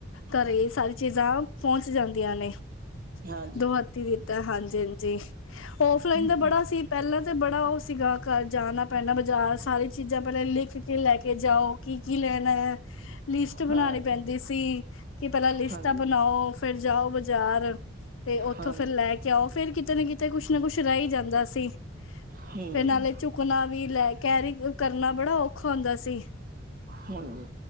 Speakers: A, on the left; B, on the right.
A: ਘਰੇ ਈ ਸਾਰੀਆ ਚੀਜ਼ਾਂ ਪੌਂਚ ਜਾਂਦੀਆਂ ਨੇ
B: ਹਾਂਜੀ।
A: ਦੋ ਹੱਥ ਤੀ ਦਿਤੈ ਹਾਂਜੀ-ਹਾਂਜੀਔਫਲਾਈਨ
B: ਹਮ।
A: ਦਾ ਬੜਾ ਸੀ। ਪੈਲਾ ਤੇ ਬੜਾ ਓ ਸੀਗਾ ਘਰ ਜਾਣਾ ਪੈਣਾ ਬਾਜ਼ਾਰ ਸਾਰੀ ਚੀਜ਼ਾਂ ਪੈਲੇ ਲਿਖ ਕੇ ਲੈ ਕੇ ਜਾਓ। ਕੀ-ਕੀ ਲੈਣੈ ਲਿਸਟ
B: ਹਾਂ
A: ਬਨਾਣੀ ਪੈਂਦੀ ਸੀ। ਕਿ ਪੈਲਾ ਲਿਸਟਾਂ
B: ਹਾਂਜੀ
A: ਬਣਾਓ ਫੇਰ ਜਾਓ ਬਜ਼ਾਰ ਤੇ ਓਥੋਂ
B: ਹਾਂਜੀ
A: ਫੇਰ ਲੈ ਕੇ ਆਓਫੇਰ ਕਿਤੇ ਨਾ ਕਿਤ ਤੇ ਕੁਛ ਨਾ ਕੁਛ ਰੈ ਈ ਜਾਂਦਾ ਸੀ ਤੇ
B: ਹੂੰ
A: ਫੇਰ ਨਾਲੇ ਚੁ ਕੁਣਾ ਵੀ ਲੈ ਕੈਰੀ ਕ ਕਰਨਾ ਬੜਾ ਔਖਾ ਹੁੰਦਾ ਸੀ।
B: ਹਾਂਜੀ